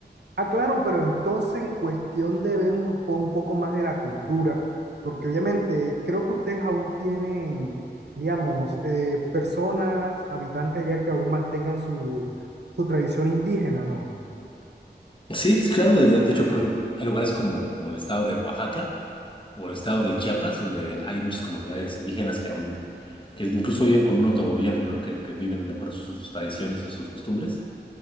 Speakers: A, on the right; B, on the left.
A: Ah, claro, pero entonces en cuestión de ver un, po- un poco más de la cultura, porque obviamente creo que ustedes aún tienen, digamos, eh, personas, habitantes allá que aún mantengan su, su tradición indígena, ¿no?
B: Sí, sí, claro. De, de- de hecho, por ejemplo, hay lugares como, como el estado de Oaxaca o el estado de Chiapas, donde hay muchas comunidades indígenas que aún, que incluso viven con un autogobierno, ¿no? Que, que viven de acuerdo a sus tradiciones y sus costumbres.